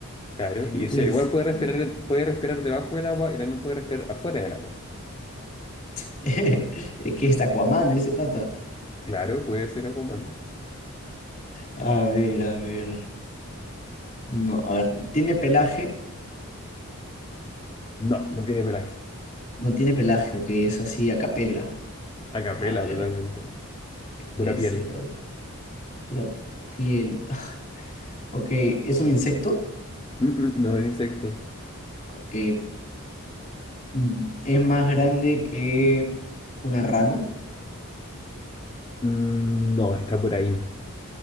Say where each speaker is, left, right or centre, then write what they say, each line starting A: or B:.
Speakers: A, on the left (about 20°); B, on the left (about 40°).
A: claro.
B: Entonces, ¿qué
A: Y
B: puede
A: o sea, igual
B: ser?
A: puede respirar, puede respirar debajo del agua y también puede respirar afuera del agua.
B: <laughs> Es que es Aquaman ese pata.
A: Claro, puede ser acuamano.
B: A ver, a ver. No, a ver, ¿tiene pelaje?
A: No, no tiene pelaje.
B: No tiene pelaje, ok, es así a capela.
A: Acapela
B: A ver,
A: totalmente.
B: ¿qué puede
A: Pura piel.
B: ser? A ver, Pura piel. <laughs> Ok, ¿es un insecto?
A: Mm, mm, no es insecto.
B: Ok, mm, es más grande que una rana,
A: Mm, No, está por ahí.